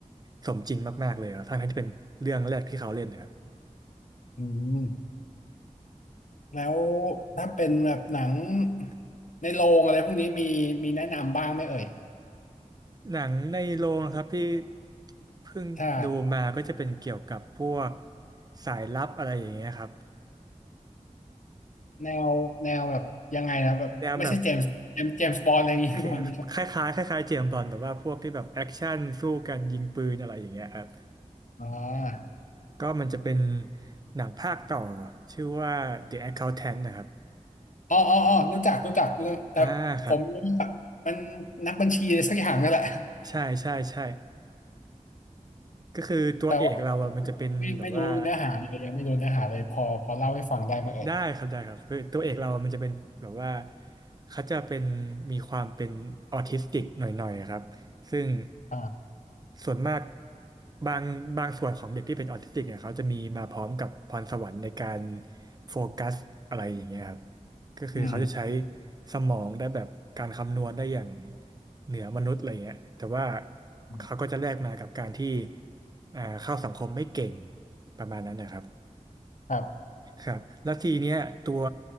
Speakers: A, on the right; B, on the left.
A: สมจริงมากๆเลยครับทั้งที่เป็นเรื่องแรกที่เขาเล่นนะครับ
B: อืมแล้วถ้าเป็นแบบหนังในโรงอะไรพวกนี้มีมีแนะนำบ้างไหมเอ่ย
A: หนังในโรงนะครับที่เพิ่งดูมาก็จะเป็นเกี่ยวกับพวก
B: ใช่
A: สายลับอะไรอย่างเงี้ยครับ
B: แนวแนวแบบยังไงนะแบบไม่ใช่เจมส์เจมส์เจมส์บอลอะไรอย่างงี้
A: แนวแบบค
B: <laughs> บอลไม่ใช่
A: คล้ายๆคล้ายๆเจมส์บอนด์แต่ว่าพวกที่แบบแอคชั่นสู้กันยิงปืนอะไรอย่างเงี้ยครับ
B: อ๋อ
A: ก็มันจะเป็นหนังภาคต่อชื่อว่า The Accountant นะครับ
B: อ๋ออ๋ออ๋อรู้จักรู้จักเรื่องแต่ผมรู้ว่ามัน
A: อ่าครับ
B: นักบัญชีอะไรสักอย่างนั่นแหละ <laughs>
A: ใช่ใช่ใช่ก็คือตัวเอกเราอะมันจะเป็นแบบว่า
B: แต่ว่าไม่ไม่รู้เนื้อหาเลยยังไม่รู้เนื้อหาเลยพอพอเล่าให้ฟังได้ไหมเอ่ย
A: ได้ครับได้ครับคือตัวเอกเรามันจะเป็นแบบว่าเขาจะเป็นมีความเป็นออทิสติกหน่อยๆครับซึ่ง
B: อ่า
A: ส่วนมากบางบางส่วนของเด็กที่เป็นออทิสติกเนี่ยเขาจะมีมาพร้อมกับพรสวรรค์ในการโฟกัสอะไรอย่างเงี้ยครับก็คือเขาจะใช้
B: อืม
A: สมองได้แบบการคำนวณได้อย่างเหนือมนุษย์อะไรเงี้ยแต่ว่า
B: อืม
A: เขาก็จะแลกมากับการที่อ่าเข้าสังคมไม่เก่งประมาณนั้นนะครับ
B: ครับ
A: ครับแล้วทีเนี้ยตัว